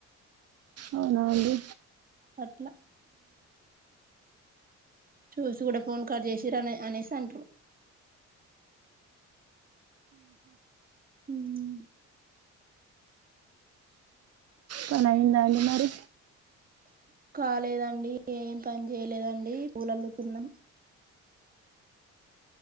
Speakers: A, on the right; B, on the right.
A: అవునా అండి
B: అట్లా చూసి కూడా ఫోన్ కాల్ చేసిరనే అనేసి అంటారు మ్మ్
A: పని అయిందా అండి మరి
B: కాలేదండి ఏం పని చేయలేదండి పూలు అల్లుతున్నాం